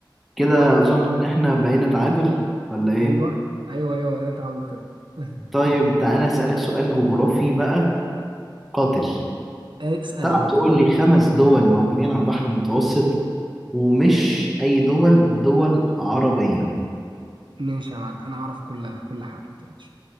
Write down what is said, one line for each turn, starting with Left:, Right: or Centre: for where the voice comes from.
Centre: كده
Right: طيب
Centre: أظن إن إحنا بقينا تعادل ولا إيه؟
Right: ايوه ايوه ايوه انا تعادل كده <laughs>
Centre: طيب تعالى أسألك سؤال جغرافي بقى قاتل
Right: إيه، اسال
Centre: تعرف
Right: يا معلم
Centre: تقول لي خمس دول موجودين على البحر المتوسط ومش أي دول دول عربية
Right: ماشي يا معلم انا اعرف كل كل حاجه ما تقلقش